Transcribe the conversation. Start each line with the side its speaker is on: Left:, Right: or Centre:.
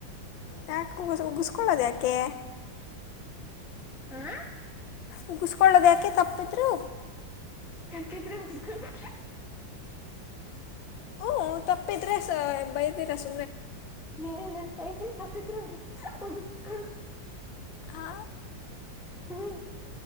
Left: ಯಾಕೆ ಉ ಉಗಿಸ್ಕೊಳ್ಳೋದು ಯಾಕೆ
Centre: ಆ
Left: ಉಗಿಸ್ಕೊಳ್ಳೋದ ಯಾಕೆ ತಪ್ಪಿದರು
Centre: ತಪ್ಪಿದ್ರೆ ಉಗಿಸ್ಕೊಳೊಡು
Left: ಹಓ ತಪ್ಪಿದ್ರೆ ಬೈತೀರಷ್ಟ
Centre: ನೀನಂತ ತ್ರಿ ತಪ್ಪಿದ್ರ ಮುಗಿಸಕ
Left: ಆ
Centre: ಹ್ಮ